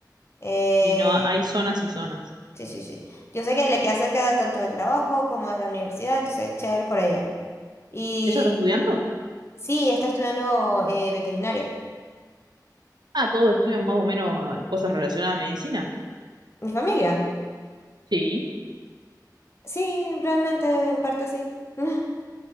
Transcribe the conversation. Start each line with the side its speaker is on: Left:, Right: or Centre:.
Left: Eh,
Right: Y no, hay zonas y zonas.
Left: sí, sí, sí. Yo sé que le queda cerca tanto del trabajo como de la universidad, entonces chévere por ella. Y
Right: ¿Ella está estudiando?
Left: sí, ella está estudiando eh, veterinaria.
Right: Ah, todos estudian más o menos ah, cosas relacionadas a medicina.
Left: ¿Mi familia?
Right: Sí.
Left: Sí, realmente en parte sí. <laughs>